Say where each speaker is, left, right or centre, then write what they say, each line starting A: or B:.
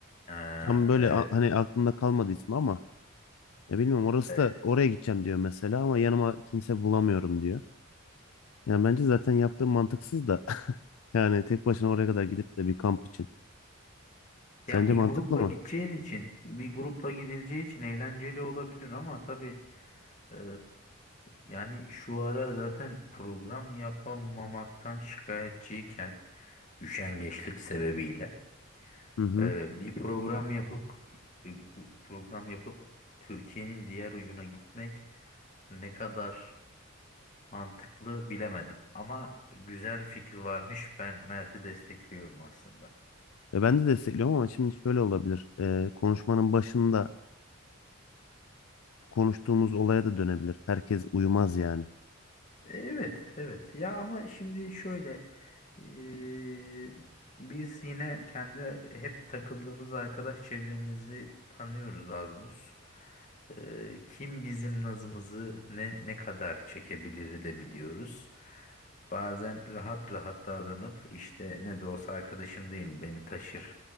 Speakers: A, on the left; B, on the left.
A: Ha,
B: Tam böyle
A: evet,
B: a- hani aklımda kalmadı ismi ama ya bilmiyorum orası
A: evet.
B: da oraya gideceğim diyor mesela ama yanıma kimse bulamıyorum diyor. Yani bence zaten yaptığım mantıksız da <laughs> yani tek başına oraya kadar gidip de bir kamp için. Sence
A: Ya bir
B: mantıklı
A: grupla
B: mı?
A: gideceğin için, bir grupla gidileceği için eğlenceli olabilir ama tabii e, yani şu ara zaten program yapamamaktan şikayetçiyken üşengeçlik sebebiyle
B: Hı hı.
A: Ee, bir program yapıp e, program yapıp Türkiye'nin diğer ucuna gitmek ne kadar mantıklı bilemedim. Ama güzel bir fikir varmış. Ben Mert'i destekliyorum aslında.
B: E, ben de destekliyorum ama şimdi şöyle olabilir. E, konuşmanın başında konuştuğumuz olaya da dönebilir. Herkes uyumaz yani.
A: Evet, evet. Ya ama şimdi şöyle eee, biz yine kendi hep takıldığımız arkadaş çevremizi tanıyoruz az buz. Eee, kim bizim nazımızı ne ne kadar çekebilir de biliyoruz. Bazen rahat rahat davranıp işte ne de olsa arkadaşım değil beni taşır.